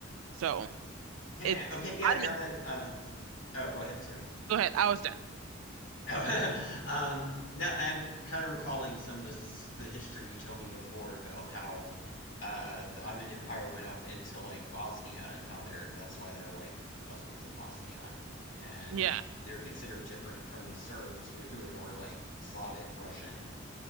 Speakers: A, on the right; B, on the left.
A: So
B: Heh,
A: it
B: okay, yeah,
A: Ottoman
B: now that uh oh, go ahead, sorry.
A: Go ahead. I was done.
B: Oh, <laughs> um, no, I'm kind of recalling some of this the history you told me before about how uh, the Ottoman Empire went up into like Bosnia and how they're that's why there are like Muslims in Bosnia and
A: Yeah,
B: they're considered different from the Serbs wh- who are more like Slavic Russian.